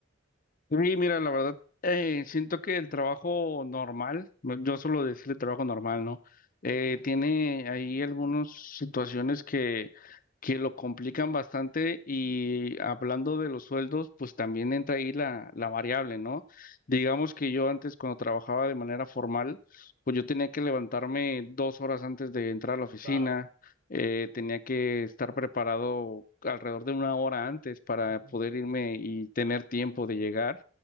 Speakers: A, on the left; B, on the right.
A: Sí, mira, la verdad, eh, siento que el trabajo normal, no- yo suelo decirle trabajo normal, ¿no? Eh,
B: Ujú.
A: tiene ahí algunas situaciones que, que lo complican bastante y hablando de los sueldos, pues también entra ahí la, la variable, ¿no? Digamos que yo antes cuando trabajaba de manera formal, pues yo tenía que levantarme dos horas antes de entrar a la oficina
B: Claro,
A: eh, tenía que estar preparado alrededor de una hora antes para
B: Ujú.
A: poder irme y tener tiempo de llegar.